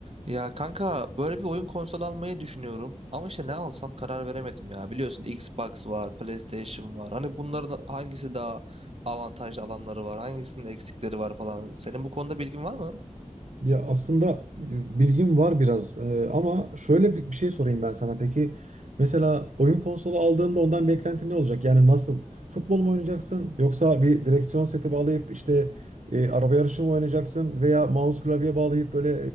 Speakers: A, on the right (about 50°); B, on the right (about 65°).
A: Ya kanka böyle bir oyun konsolu almayı düşünüyorum ama işte ne alsam karar veremedim ya. Biliyorsun Xbox var, PlayStation var. Hani bunların hangisi daha avantajlı alanları var, hangisinin eksikleri var falan. Senin bu konuda bilgin var mı?
B: Ya aslında e, bilgim var biraz E, ama şöyle bir bir şey sorayım ben sana. Peki mesela oyun konsolu aldığında ondan beklentin ne olacak? Yani nasıl? Futbol mu oynayacaksın yoksa bir direksiyon seti bağlayıp işte e, araba yarışı mı oynayacaksın veya mouse klavye bağlayıp böyle